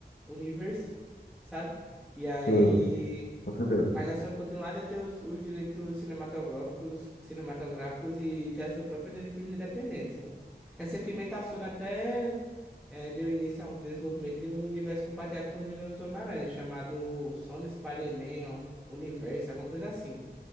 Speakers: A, in the centre; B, on the left.
A: Universe, sabe? E aí
B: Sim, com certeza.
A: mas a Sony continuar a ter os, os direitos cinematográficos, cinematográficos e, e ter a sua própria linha de filmes independentes. né? Recentemente, a Sony até eh, deu início a um desenvolvimento de um universo compartilhado com os vilões do Homem-Aranha, chamado Sony Spider-Man ó, Universe, alguma coisa assim.